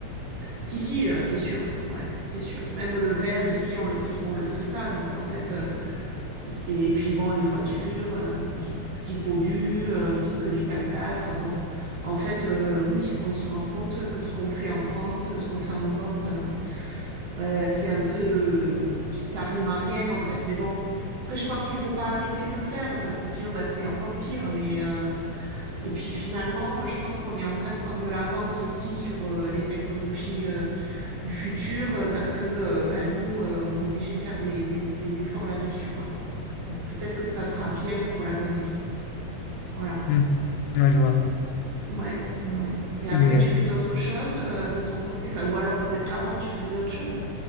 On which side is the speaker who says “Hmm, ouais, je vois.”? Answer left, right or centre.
Left